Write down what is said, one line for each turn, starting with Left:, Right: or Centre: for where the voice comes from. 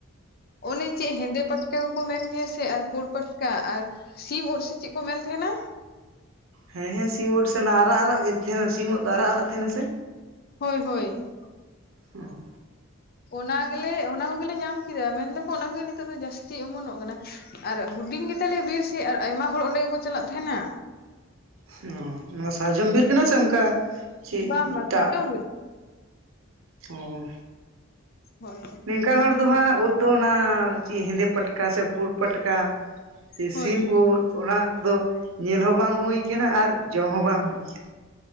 Left: ᱚᱱᱮ ᱪᱮᱜ ᱦᱮᱸᱫᱮ ᱯᱟᱴᱴᱮ ᱠᱚᱠᱚ ᱢᱮᱱ ᱜᱮᱭᱟ ᱥᱮ ᱟᱨ ᱯᱩᱲ ᱯᱟᱴᱠᱟ ᱟᱨ ᱥᱤᱢ ᱩᱫ ᱥᱮ ᱪᱮᱜ ᱠᱚ ᱢᱮᱱ ᱛᱮᱦᱮᱱᱟ?
Right: ᱦᱮᱸ ᱦᱮᱸ ᱥᱤᱢ ᱩᱫ ᱥᱮ ᱚᱱᱟ ᱟᱨᱟᱜ ᱟᱨᱟᱜ ᱜᱮ ᱛᱮᱦᱮᱱᱟ ᱥᱤᱢ ᱩᱫ ᱫᱚ ᱟᱨᱟᱜ ᱟᱨᱟᱜ ᱛᱟᱦᱮᱸᱱᱟ ᱥᱮ?
Left: ᱦᱳᱭ ᱦᱳᱭ᱾
Right: ᱦᱚᱭ
Left: ᱚᱱᱟ ᱜᱮᱞᱮ ᱚᱱᱟ ᱠᱚᱜᱽᱮᱞᱮ ᱧᱟᱢ ᱠᱮᱫᱟ ᱢᱮᱱ ᱫᱚᱠᱚ ᱚᱱᱟ ᱠᱚᱜᱮ ᱱᱤᱛᱚᱜ ᱫᱚ ᱡᱟᱹᱥᱛᱤ ᱚᱢᱚᱱᱚᱜ ᱠᱟᱱᱟ᱾ ᱟᱨ ᱦᱩᱰᱤᱧ ᱜᱮ ᱛᱟᱞᱮᱭᱟ ᱵᱤᱨ ᱥᱮ ᱟᱨ ᱟᱭᱢᱟ ᱦᱚᱲ ᱚᱸᱰᱮ ᱜᱮᱠᱚ ᱪᱟᱞᱟᱜ ᱛᱟᱦᱮᱸᱱᱟ᱾
Right: ᱦᱩᱸ ᱱᱚᱱᱟ ᱥᱟᱨᱡᱚᱢ ᱵᱤᱨ ᱠᱟᱱᱟ ᱥᱮ ᱚᱸᱠᱟ ᱪᱮᱫ
Left: ᱵᱟᱝ ᱵᱟᱝ
Right: ᱮᱴᱟᱜ,
Left: ᱥᱟᱨᱡᱚᱢ ᱵᱤᱨ
Right: ᱚᱦ
Left: ᱦᱳᱭ᱾
Right: ᱱᱮᱝᱠᱟᱱ ᱦᱚᱲ ᱫᱚ ᱦᱟᱸᱜ ᱩᱫ ᱫᱚ ᱚᱱᱟ ᱪᱮᱜ ᱦᱮᱸᱫᱮ ᱯᱟᱴᱠᱟ ᱥᱮ ᱯᱩᱲ ᱯᱟᱴᱠᱟ ᱤᱥᱤᱢ
Left: ᱦᱳᱭ
Right: ᱩᱫ ᱚᱱᱟ ᱠᱚᱫᱚ ᱧᱮᱞ ᱦᱚᱸ ᱵᱟᱝ ᱦᱩᱭ ᱠᱟᱱᱟ ᱟᱨ ᱡᱚᱢ ᱦᱚᱸ ᱵᱟᱝ ᱦᱩᱭ ᱠᱟᱱᱟ᱾